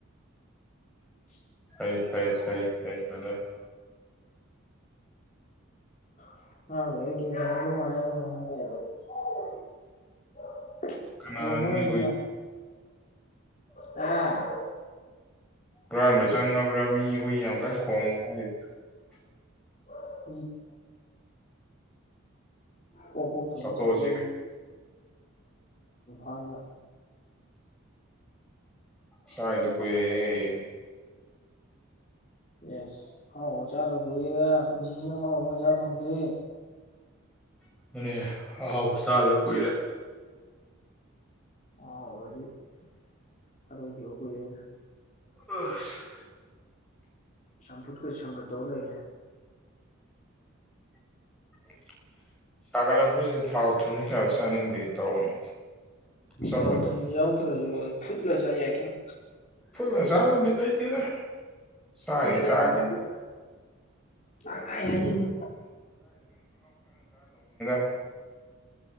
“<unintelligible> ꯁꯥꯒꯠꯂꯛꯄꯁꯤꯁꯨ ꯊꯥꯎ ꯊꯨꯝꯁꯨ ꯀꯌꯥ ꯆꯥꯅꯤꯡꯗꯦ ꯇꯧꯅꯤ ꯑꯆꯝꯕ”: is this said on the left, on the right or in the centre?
Centre